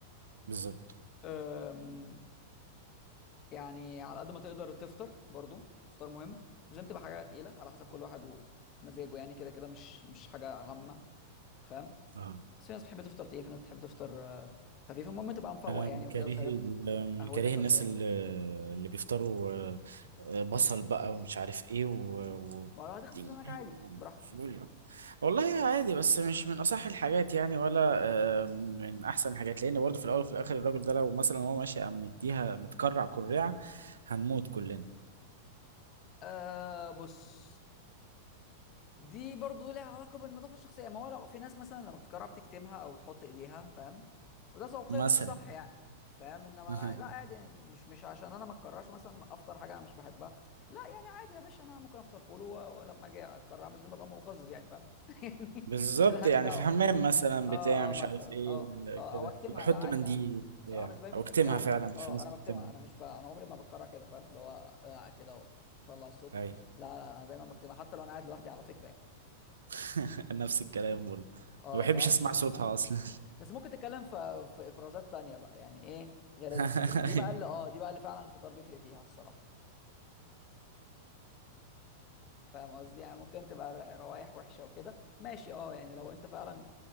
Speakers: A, on the right (about 75°); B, on the left (about 35°).
A: بالظبط
B: أم، يعني على قد ما تقدر تفطر برضو فطار مهم مش لازم تبقى حاجه تقيله على حسب كل واحد ومزاجه يعني كده كده مش مش حاجه غامه فاهم
A: اه
B: بس في ناس بتحب تفطر تقيل في ناس بتحب تفطر آه، خفيف المهم تبقى مفوق
A: انا
B: يعني
A: من كاره
B: وكده وشارب
A: ال- من
B: قهوتك
A: كاره الناس
B: او شايك
A: اللي, اللي بيفطروا آه، آه، بصل بقى ومش عارف ايه و... و...
B: ما لو هتغسل
A: يعني
B: سنانك عادي براحتك
A: فول. والله عادي بس مش من اصح الحاجات يعني ولا آه، من من احسن الحاجات لان برضه في الاول وفي الاخر الراجل ده لو مثلا هو ماشي قام مديها متكرع كريعه هنموت كلنا
B: آه بص دي برضو لها علاقة بالنظافة الشخصية ما هو لو في ناس مثلا لما بتكرر بتكتمها أو بتحط إيديها فاهم وده ذوقيا
A: مثلا
B: الصح يعني فاهم انما
A: <laughs>
B: لا عادي يعني مش مش عشان انا ما اتكررش مثلا افطر حاجه انا مش بحبها لا يعني عادي يا باشا انا ممكن افطر فول و- ولما اجي اكررها مش لازم ابقى مقزز يعني فاهم <laughs> يعني
A: بالظبط
B: ملهاش
A: يعني
B: دعوه
A: في الحمام مثلا
B: اه
A: بتاع مش
B: اه مثلا
A: عارف ايه
B: اه اه
A: كده
B: او اكتمها
A: لو احط
B: لا عادي
A: منديل
B: انا بصراحه
A: بتاع
B: بالنسبه لي في
A: او
B: التكريع
A: اكتمها
B: انا
A: فعلا في
B: اه
A: ناس
B: انا
A: بتكتمها
B: بكتمها انا مش ب... انا عمري ما بكرر كده فاهم اللي هو آه كده وطلع الصوت
A: اي
B: لا لا انا دايما بكتمها حتى لو انا قاعد لوحدي على فكره يعني
A: <laughs> نفس الكلام برضه
B: اه
A: ما بحبش
B: فاهم
A: اسمع صوتها اصلا
B: بس ممكن تتكلم في في افرازات تانية بقى يعني ايه غير
A: <laughs>
B: التكريع دي بقى
A: أي.
B: اللي اه دي بقى اللي فعلا الفطار بيفرق فيها الصراحه فاهم قصدي يعني ممكن تبقى ر- روايح وحشه وكده ماشي اه يعني لو انت فعلا